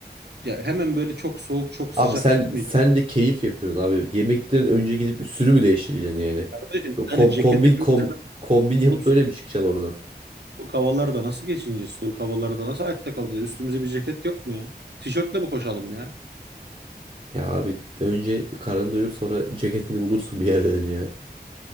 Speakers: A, on the right (about 80°); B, on the right (about 30°).
A: ya hemen böyle çok soğuk çok sıcak
B: Abi sen
A: tutmayacağım.
B: sen de keyif yapıyorsun abi. Yemekten önce gidip üstünü mü değiştireceksin yani?
A: Kardeşim bir
B: Yok
A: tane
B: kom,
A: ceket
B: kombin
A: hepimize
B: kom,
A: lazım.
B: kombin yapıp
A: Oğlum,
B: böyle mi çıkacaksın oradan?
A: soğuk havalarda nasıl geçineceğiz? Soğuk havalarda nasıl hayatta kalacağız? Üstümüze bir ceket yok mu ya? Tişörtle mi koşalım ya?
B: Ya abi önce karnını doyur sonra ceketini bulursun bir yerden ya.